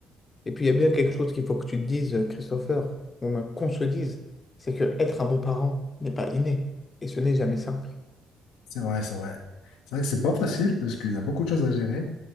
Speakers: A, on the left (about 35°); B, on the left (about 70°).
A: et puis, il y a bien quelque chose qu'il faut que tu te dises, Christopher, ou même qu'on se dise, c'est que être un beau-parent n'est pas inné, et ce n'est jamais simple.
B: C'est vrai, c'est vrai. C'est vrai que c'est pas facile parce qu'il y a beaucoup de choses à gérer.